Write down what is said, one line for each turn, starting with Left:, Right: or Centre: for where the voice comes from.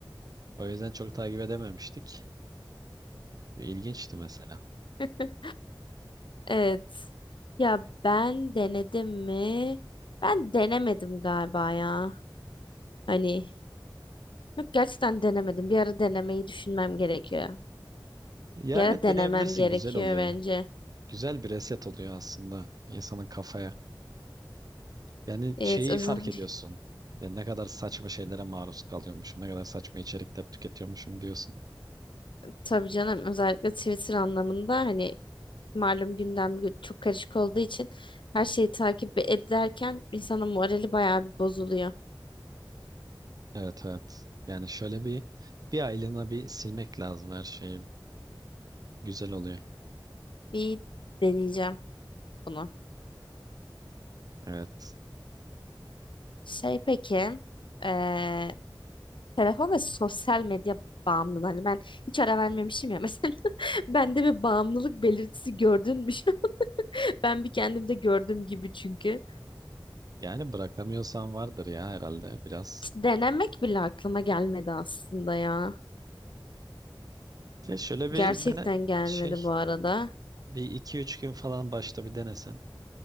Right: O yüzden çok takip edememiştik. İlginçti mesela.
Left: <laughs> Evet. Ya ben denedim mi? Ben denemedim galiba ya. Hani yok gerçekten denemedim. Bir ara denemeyi düşünmem gerekiyor.
Right: Ya
Left: Bir ara
Right: evet
Left: denemem
Right: deneyebilirsin
Left: gerekiyor
Right: güzel oluyor.
Left: bence.
Right: Güzel bir reset oluyor aslında insanın kafaya. Yani
Left: Evet
Right: şeyi
Left: özellikle
Right: fark ediyorsun. Yani ne kadar saçma şeylere maruz kalıyormuşum, ne kadar saçma içerikler tüketiyormuşum diyorsun.
Left: tabii canım özellikle Twitter anlamında hani malum gündem gü- çok karışık olduğu için her şeyi takip ederken insanın morali bayağı bir bozuluyor.
Right: Evet evet. Yani şöyle bir bir aylığına bir silmek lazım her şeyi. Güzel oluyor.
Left: Bir deneyeceğim bunu.
Right: Evet.
Left: Şey peki eee, Telefon ve sosyal medya bağımlılığı. Hani ben hiç ara vermemişim ya <laughs> mesela. Bende bir bağımlılık belirtisi gördün mü? <laughs> Ben bir kendimde gördüm gibi çünkü.
Right: Yani bırakamıyorsan vardır ya herhalde biraz.
Left: Hiç denemek bile aklıma gelmedi aslında ya.
Right: Ya şöyle bir
Left: Gerçekten
Right: dene
Left: gelmedi
Right: şey
Left: bu arada.
Right: bir iki üç gün falan başta bir denesen.